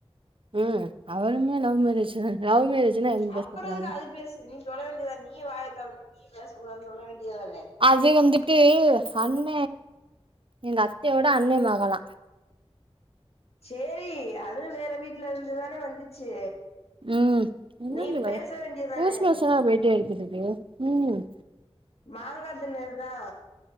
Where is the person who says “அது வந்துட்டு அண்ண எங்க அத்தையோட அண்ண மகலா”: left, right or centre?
Right